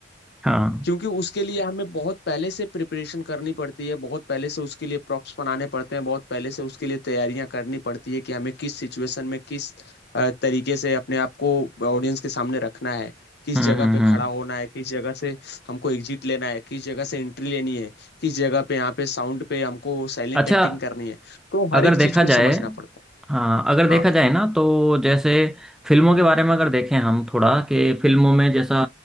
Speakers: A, in the centre; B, on the left (about 60°).
A: हाँ
B: क्योंकि उसके लिए हमें बहुत पहले से प्रिपरेशन करनी पड़ती है बहुत पहले से उसके लिए प्रॉप्स बनाने पड़ते हैं बहुत पहले से उसके लिए तैयारियां करनी पड़ती है कि हमें किस सिचुएशन में किस अ, तरीके से अपने आप को ऑडियंस के सामने रखना है किस
A: हम्म
B: जगह
A: हम्म
B: पे
A: हम्म
B: खड़ा होना है किस जगह से हमको एग्जिट लेना है किस जगह से एंट्री लेनी है किस जगह पे यहाँ पे साउंड पे हमको साइलेंट
A: अच्छा
B: एक्टिंग करनी है तो
A: अगर
B: हर एक
A: देखा
B: चीज को
A: जाए
B: समझना पड़ता है
A: हाँ अगर देखा
B: हाँ
A: जाए ना तो जैसे फिल्मों के बारे में अगर देखें हम थोड़ा कि फिल्मों में जैसा